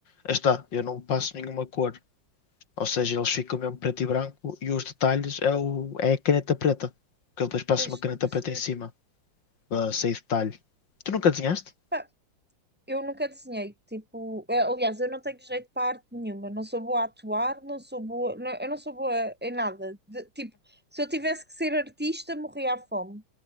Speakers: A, on the left; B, in the centre.
A: aí está, eu não passo nenhuma cor. Ou seja, eles ficam mesmo preto e branco e os detalhes é, o, é a caneta preta. Porque eu depois passo
B: depois
A: uma caneta
B: tu perceber.
A: preta em cima para sair detalhe. Tu nunca desenhaste?
B: Pá, eu nunca desenhei, tipo, eh, aliás, eu não tenho jeito para arte nenhuma, não sou boa a atuar, não sou boa, não- eu não sou boa em nada. De- tipo, se eu tivesse que ser artista, morria à fome.